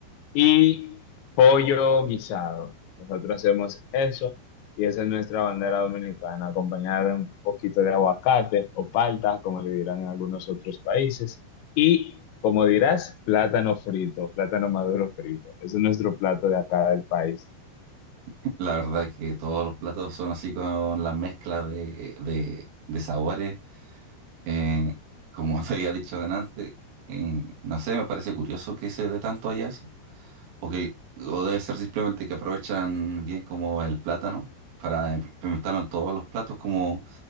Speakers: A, on the left (about 85°); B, on the right (about 80°).
A: y pollo guisado. Nosotros hacemos eso y esa es nuestra bandera dominicana, acompañada de un poquito de aguacate o palta, como le dirán en algunos otros países. Y, como dirás, plátano frito, plátano maduro frito. Ese es nuestro plato de acá del país.
B: <laughs> la verdad es que todos los platos son así con la mezcla de, de, de sabores. Eh, como <laughs> te había dicho delante, eh, no sé, me parece curioso que se dé tanto allá eso. O que o debe ser simplemente que aprovechan bien como el plátano para implementarlo en todos los platos como